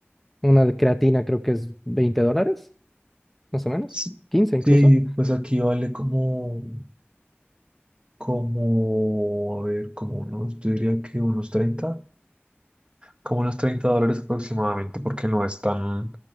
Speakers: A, in the centre; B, on the right.
A: una de creatina creo que es 20 dólares, más o menos,
B: Sí,
A: 15 incluso.
B: sí, pues aquí vale como, como, a ver, como unos, yo diría que unos treinta como unos treinta dólares aproximadamente, porque no es tan